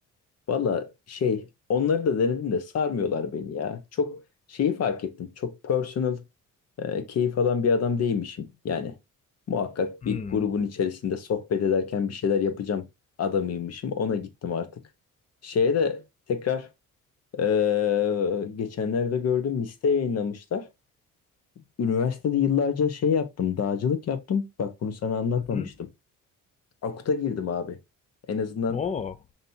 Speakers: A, on the left; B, on the left.
A: Valla şey onları da denedim de sarmıyorlar beni ya. Çok şeyi fark ettim. Çok personal e, keyif alan bir adam değilmişim. Yani muhakkak
B: Hmm.
A: bir grubun içerisinde sohbet ederken bir şeyler yapacağım adamıymışım. Ona gittim artık. Şeye de tekrar e, geçenlerde gördüm liste yayınlamışlar. Üniversitede yıllarca şey yaptım, dağcılık yaptım. Bak bunu sana anlatmamıştım.
B: Hı hı.
A: Akut'a girdim abi. En azından
B: Oo.